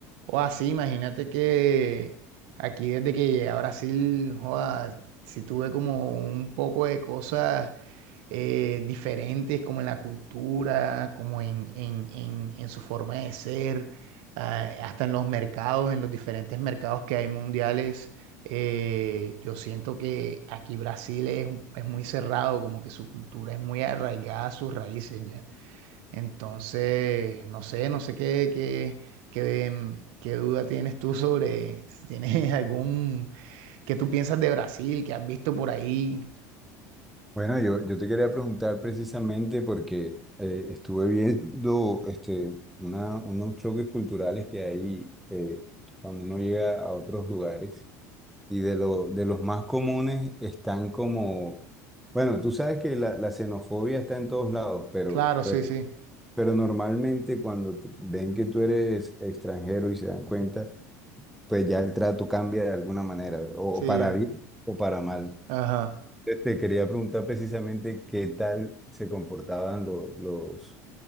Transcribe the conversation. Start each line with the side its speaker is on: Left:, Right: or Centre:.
Right: O así, imagínate que aquí desde que llegué a Brasil, joda, sí tuve como un poco de cosas eh, diferentes, como en la cultura, como en, en, en, en su forma de ser, ah, hasta en los mercados, en los diferentes mercados que hay mundiales. eh, yo siento que aquí Brasil es, un- es muy cerrado, como que su cultura es muy arraigada a sus raíces ya. Entonces, no sé, no sé qué, qué, qué, mm, qué duda tienes tú sobre si tienes <laughs> algún que tú piensas de Brasil, que has visto por ahí.
Centre: Bueno, yo, yo te quería preguntar precisamente porque eh, estuve viendo este, una- unos choques culturales que hay eh, cuando uno llega a otros lugares y de, lo- de los más comunes están como, bueno, tú sabes que la, la xenofobia está en todos lados, pero,
Right: Claro,
Centre: pero,
Right: sí, sí,
Centre: pero normalmente cuando te- ven que tú eres extranjero y se dan cuenta, pues ya el trato cambia de alguna manera, o
Right: sí.
Centre: o para bien o para mal.
Right: Ajá,
Centre: Te te quería preguntar precisamente qué tal se comportaban lo- los,